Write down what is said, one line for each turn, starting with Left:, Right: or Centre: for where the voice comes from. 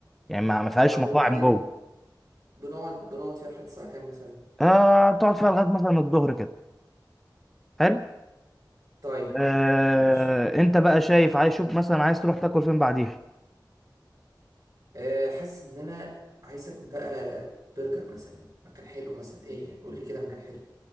Centre: يعني ما ما فيهاش
Right: طب
Centre: مطاعم
Right: وبعدين
Centre: جوه
Right: بنقعد بنقعد فيها لحد الساعة كام مثلا
Centre: آه تقعد فيها لغاية مثلا الظهر كده حلو
Right: طيب
Centre: آه،
Right: ماشي
Centre: انت بقى شايف عايز شوف مثلا عايز تروح تاكل فين بعديها
Right: آه، حاسس ان انا عايز اكل بقى برجر مثلا مكان حلو مثلا ايه يعني قول لي كده مكان حلو